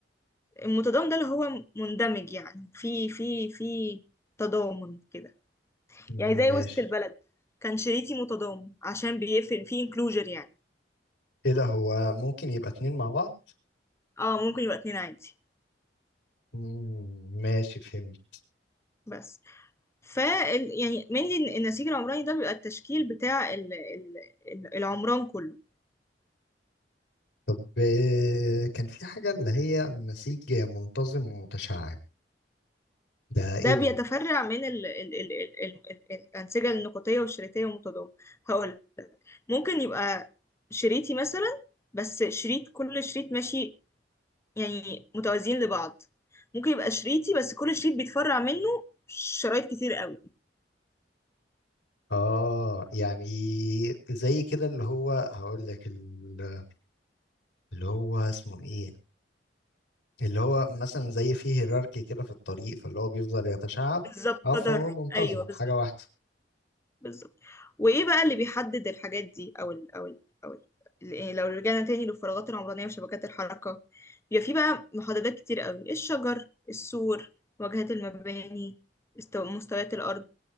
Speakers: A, on the left; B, on the left.
A: المتضامن ده اللي هو مندمج يعني في في في تضامن كده
B: مم،
A: يعني زي
B: ماشي
A: وسط البلد كان شريكي متضامن عشان بيفهم في انكلوجر يعني
B: ايه ده هو ممكن يبقى اتنين مع بعض
A: اه ممكن يبقى اتنين عادي
B: مم، ماشي فهمت
A: بس ف يعني mainly النسيج العمراني ده بيبقى التشكيل بتاع ال... ال... ال- العمران كله
B: طب آه، كان في حاجة اللي هي نسيج منتظم ومتشعب ده ايه
A: ده
B: دول
A: بيتفرع من ال... ال... ال... ال... ال... ال- الأنسجة النقطية والشريطية والمتضامن هقول ممكن يبقى شريطي مثلا بس شريط كل شريط ماشي يعني متوازيين لبعض ممكن يبقى شريطي بس كل شريط بيتفرع منه شرايط كتير قوي
B: اه يعني زي كده اللي هو هقول لك ال- اللي هو اسمه ايه اللي هو مثلا زي فيه هيراركي كده في الطريق فاللي هو بيفضل يتشعب
A: بالظبط
B: اه
A: تدرج
B: فهو منتظم
A: ايوه بالظبط
B: حاجة واحدة <laughs>
A: بالظبط وايه بقى اللي بيحدد الحاجات دي او ال او ال او ال إيه لو رجعنا تاني للفراغات العمرانيه وشبكات الحركه بيبقى في بقى محددات كتير قوي الشجر السور واجهات المباني استو- مستويات الارض